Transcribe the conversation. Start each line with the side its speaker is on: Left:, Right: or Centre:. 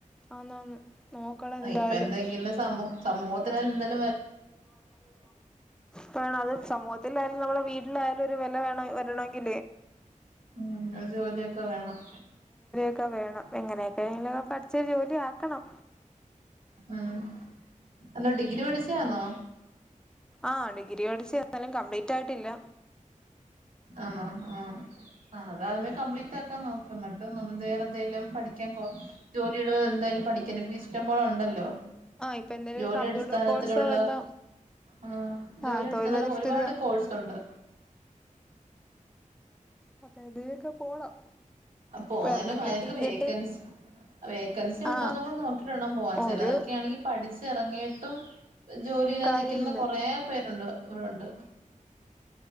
Centre: <unintelligible> എന്തായാലും
Right: ഇപ്പൊ എന്തെങ്കിലും സമൂ സമൂഹ തില്ലേ <unintelligible>
Centre: പ അത് സമൂ ത്തിലയാലും നമ്മുടെ വീട്ടിലായാലും ഒരു വില വേണ വരുന്നാകില്ല
Right: ഉം ഒരു ജോലിയൊക്കെ വേണം
Centre: ക്കെ വേണം എങ്ങനെയൊക്കെില പഠിച്ച ജോലി ആക്കണം
Right: ഉം എന്താ ഡിഗ്രി പഠിച്ചാന്നോ
Centre: ആ ഡിഗ്രി പഠിച്ച എന്നാലും കംപ്ലീറ്റ് ആയിട്ടില്ല
Right: ആണോ ആ ആ അതാദ്യമേ കംപ്ലീറ്റ് ആക്കാൻ നോക്കുന്നിട്ട് നമ്മൾ വേറെ എന്തായാലും പഠിക്കാൻ പോ ജോലി ഇടു എന്തായാലും പഠിക്കൻപ്പ ഇഷ്ടം പോലെ ഉണ്ടല്ലോ
Centre: ആഹ് ഇപ്പൊ എന്തേലും
Right: ജോലി
Centre: ഒരു കമ്പ്യൂട്ടർ
Right: അടിസ്ഥാനത്തിലുള്ള
Centre: കോഴ്സോ വല്ലോ
Right: ആ ജോലി
Centre: ആഹ്
Right: അടിസ്ഥാനത്തില
Centre: തൊഴിലധിഷ്ഠിത
Right: ഒരുപാട് കോഴ്സ് ഉണ്ട്
Centre: അക്കെ ഇതൊക്കെ പോണം
Right: പോവുന്നതിനു
Centre: വെറുതെ വീട്ടിൽ
Right: <unintelligible>
Centre: ഇരുന്നിട്ട്
Right: വേക്കൻസി ആ വേക്കൻസി ഉണ്ടോന്ന
Centre: ആഹ്
Right: കൂടി നോക്കിട്ടണ്ട പോവാൻ ചിലതൊക്കൊണെങ്കിൽ
Centre: ഒരു
Right: പഠിച്ച ഇറങ്ങിയിട്ടും ജോലില്ലാ
Centre: കാര്യം
Right: നിക്കുന്ന
Centre: ഇല്ല
Right: കൊറെ പേരുണ്ട് ഇവിടെണ്ട്